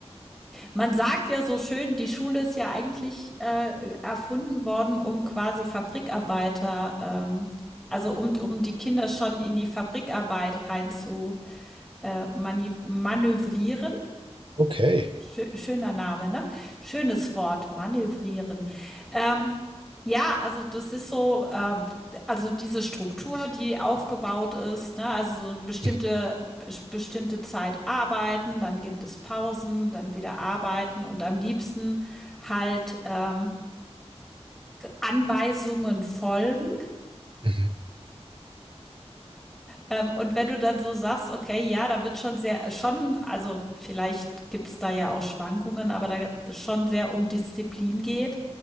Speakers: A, in the centre; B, on the right (about 50°).
A: man sagt ja so schön, die Schule ist ja eigentlich äh, erfunden worden, um quasi Fabrikarbeiter, ähm, also um, um die Kinder schon in die Fabrikarbeit rein zu äh, mani- manövrieren.
B: Okay.
A: Schö schöner Name, ne? Schönes Wort, manövrieren. Ähm, ja, also das ist so, ähm, also diese Struktur, die aufgebaut ist, ne, also so eine bestimmte,
B: Mhm.
A: bes- bestimmte Zeit arbeiten, dann gibt es Pausen, dann wieder arbeiten und am liebsten halt ähm, Anweisungen folgen.
B: Mhm.
A: Ähm, und wenn du dann so sagst, okay, ja, da wird schon sehr, schon, also vielleicht gibt's da ja auch Schwankungen, aber da schon sehr um Disziplin geht,